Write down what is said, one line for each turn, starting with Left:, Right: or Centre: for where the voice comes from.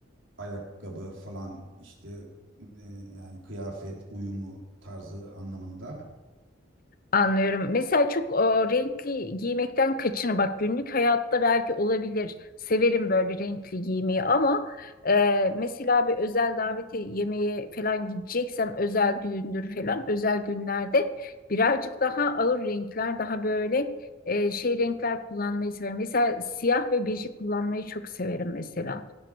Right: ayakkabı falan işte e, yani kıyafet uyumu tarzı anlamında.
Left: Anlıyorum. Mesela çok e, renkli giymekten kaçının. Bak günlük hayatta belki olabilir. Severim böyle renkli giymeyi ama e, mesela bir özel davete yemeğe falan gideceksem özel düğündür falan özel günlerde birazcık daha ağır renkler daha böyle e, şey renkler kullanmayı severim. Mesela siyah ve beji kullanmayı çok severim mesela.